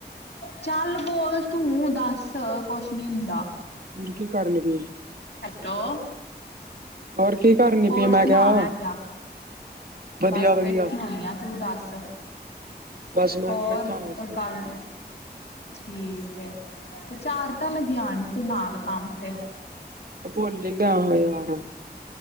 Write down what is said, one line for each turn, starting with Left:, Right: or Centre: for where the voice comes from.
Left: ਚਾਲ, ਬੋਲ ਤੂੰ, ਦਾਸ ਕੋਸ਼ ਨੀ ਹੁੰਦਾ।
Right: ਹੋਰ ਕੀ ਕਰਨੀ ਬੀ ਏ।
Left: ਹੈਲੋ।
Right: ਹੋਰ ਕੀ ਕਰਨੀ
Left: ਹੋਰ
Right: ਪਈ ਏ?
Left: ਸੁਣਾ
Right: ਕਿਹਾ
Left: ਮੈਂ ਕੇਆ?
Right: ਵਧੀਆ
Left: ਬਸ
Right: ਵਧੀਆ
Left: ਬੈਠੀ ਹੋਈ ਆਂ, ਤੂੰ ਦੱਸ?
Right: ਬਸ ਮੈਂ
Left: ਹੋਰ
Right: ਵੀ ਬੈਠਾ ਹਮ
Left: ਕੋਈ ਗੱਲ? ਠੀਕ ਐ, ਤੇ ਚਾਰ ਤਾਂ ਲਗੇਆ ਨੀ ਤੂੰ ਨਾਲ, ਕੰਮ ਤੇ?
Right: ਉਹ ਭੁੱਲ ਹੀ ਗਿਆ ਵਾ ਯਾਰ।